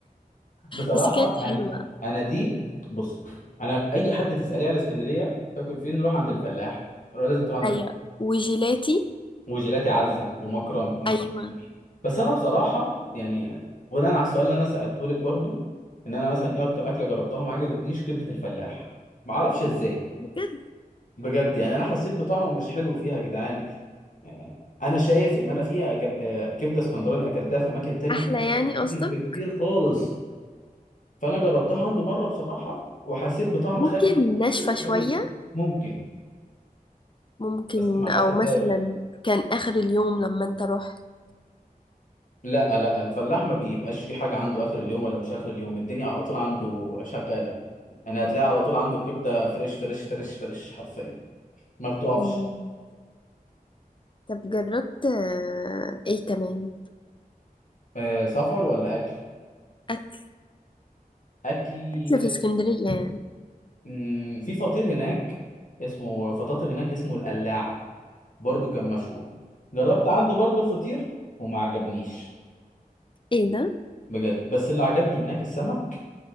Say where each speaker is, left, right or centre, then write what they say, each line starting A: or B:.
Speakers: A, on the left; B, on the left.
A: بصراحه
B: بس كانت
A: يعني
B: حلوة
A: انا دي بص انا اي حد تساليه على اسكندريه تاكل فين روح عند الفلاح روح لازم تروح عند
B: ايوه
A: الفلاح
B: وجيلاتي
A: وجيلاتي عزه ومكرم ومش
B: ايوه
A: عارف مين. بس انا بصراحه يعني بناء على السؤال اللي انا سالته لك برضو ان انا مثلا ايه اكتر اكله جربتها ما عجبتنيش كبده الفلاح ما اعرفش ازاي
B: بجد
A: بجد يعني انا حسيت بطعمه مش حلو فيها يا جدعان آه، انا شايف ان انا فيها أكل... آه، كبده اسكندراني اكلتها في اماكن تانية
B: احلى يعني قصدك
A: كتير بكتير خالص فانا جربتها عنده مره بصراحه وحسيت بطعم
B: ممكن
A: خل كتير
B: ناشفة شوية
A: قوي ممكن
B: ممكن
A: بس ما
B: او
A: حسيتهاش
B: مثلا كان اخر اليوم لما انت رحت
A: لا لا الفلاح ما بيبقاش في حاجه عنده اخر اليوم ولا مش اخر اليوم الدنيا على طول عنده شغاله انا هتلاقي على طول عنده الكبده فريش فريش فريش فريش حرفيا ما بتقفش
B: مم. طب جربت آه، ايه كمان
A: أه سفر ولا اكل
B: اكل
A: اكل
B: اكل في اسكندرية يعني
A: مم، في فطير هناك اسمه فطاطر هناك اسمه القلاع برضو كان مشهور جربت عنده برضو الفطير وما عجبنيش
B: ايه ده
A: بجد بس اللي عجبني هناك السمك